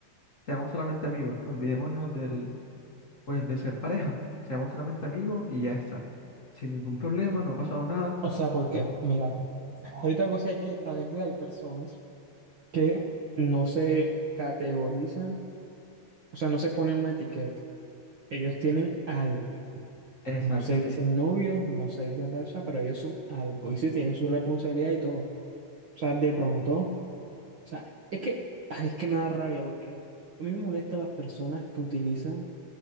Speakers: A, on the left; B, on the right.
A: seamos solamente amigos, olvidémonos del, pues, de ser pareja, seamos solamente amigos y ya está sin ningún problema, no ha pasado nada.
B: O sea, porque, mira, hay otra cosa es que a veces hay personas que no se categorizan, o sea, no se ponen una etiqueta. Ellos tienen algo.
A: Exacto,
B: No se
A: sí.
B: dicen novios, no se dicen pareja, pero ellos son algo y sí tienen su responsabilidad y todo. O sea, de pronto.
A: Sí.
B: O sea, es que, ay, es que me da rabia porque a mí me molesta las personas que utilizan